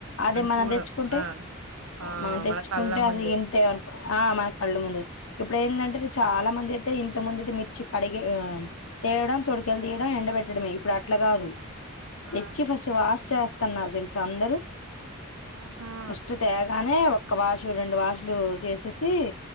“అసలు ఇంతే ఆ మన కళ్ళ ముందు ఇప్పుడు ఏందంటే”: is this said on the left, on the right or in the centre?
Left